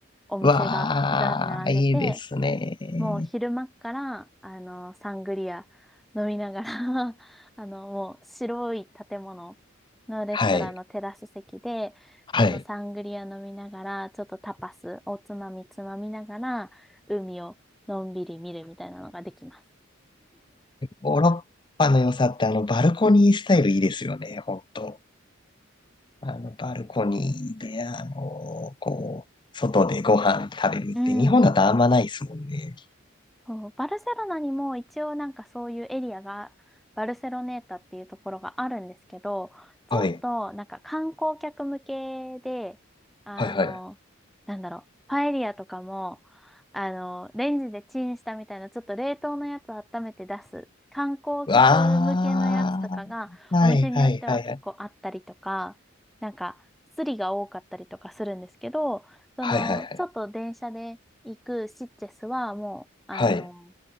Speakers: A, in the centre; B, on the left.
A: お店がざーって並んでて、
B: わあ、いいですね。
A: もう昼間っから、あの、サングリア飲みながら <laughs> あの、もう白い建物のレストランのテラス席で、
B: はい。はい。
A: そのサングリア飲みながら、ちょっとタパス、おつまみつまみながら、海をのんびり見るみたいなのができます。
B: ヨーロッパの良さってあのバルコニースタイルいいですよね、本当。あのバルコニーで、あの、こう、外でご飯食べるって日本だとあんまないですもんね。
A: うん。そう、バルセロナにも一応なんかそういうエリアが、バルセロネータっていうところがあるんですけど、ちょっとなんか観光客向けで、
B: はい。
A: あの、
B: はいはい。う
A: なんだろう、パエリアとかも、あの、レンジでチンしたみたいな、ちょっと冷凍のやつを温めて出す、観光客向けのやつとかが、
B: わあ、はいはいはいはい。
A: お店によっては結構あったりとか、なんか、スリが多かったりとかするんですけど、その、
B: はいはいはい。
A: ちょっと電車で、行くシッチェスはもう、あの、
B: はい。